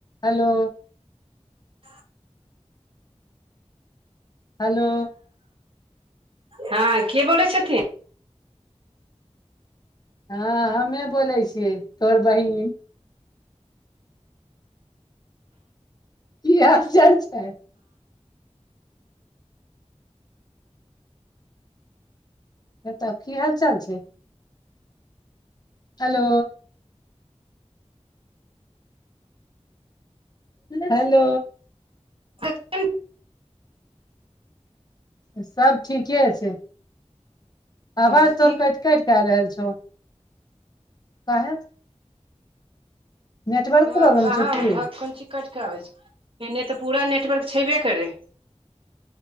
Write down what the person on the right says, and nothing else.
<unintelligible>
हँ के बोलै छथिन
<unintelligible>
हँ की
हँ
कहाँ
भक कोन चीज कटिक आबै छै एने तऽ पूरा नेटवर्क छेबे करै